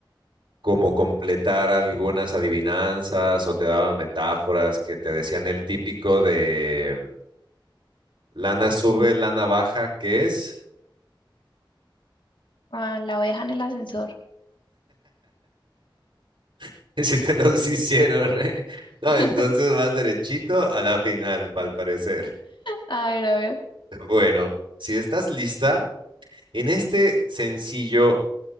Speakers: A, on the right; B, on the left.
A: como completar algunas adivinanzas o te daba metáforas que te decían el típico de mm, lana sube, lana baja, ¿qué es?
B: Ah, la oveja en el ascensor.
A: <laughs> Si te los hicieron, ¿eh? No,
B: <laughs>
A: entonces vas derechito a la final, al parecer.
B: A ver, a ver,
A: <laughs> Bueno, si estás lista, en este sencillo